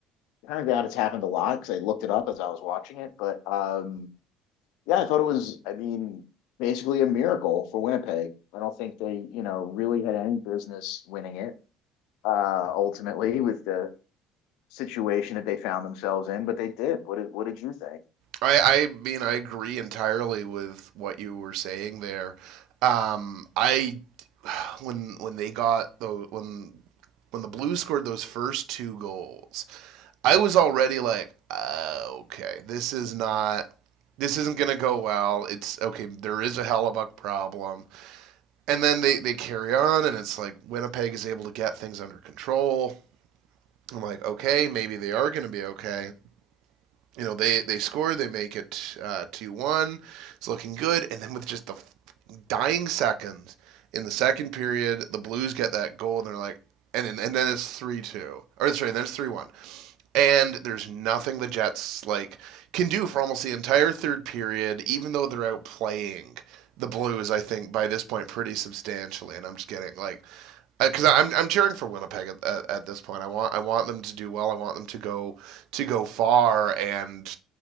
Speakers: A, on the left; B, on the right.
A: turns out it's happened a lot because I looked it up as I was watching it. But, um, yeah, I thought it was, I mean, basically a miracle for Winnipeg. I don't think they, you know, really had any business winning it uh, ultimately with the situation that they found themselves in, but they did. What did, what did you think?
B: I, I mean, I agree entirely with what you were saying there. Um, I <sighs> when when they got the when when the Blues scored those first two goals, I was already like, uh, okay, this is not this isn't going to go well. It's okay, there is a Hellebuck problem. And then they, they carry on, and it's like Winnipeg is able to get things under control. I'm like, okay, maybe they are going to be okay. you know they they score they make it uh, 2-1 it's looking good and then with just the dying seconds in the second period the blues get that goal and they're like and and then it's 3-2 or sorry then it's 3-1 and there's nothing the jets like can do for almost the entire third period even though they're outplaying the blues i think by this point pretty substantially and i'm just getting like because uh, I'm I'm cheering for Winnipeg at, at, at this point. I want I want them to do well. I want them to go to go far, and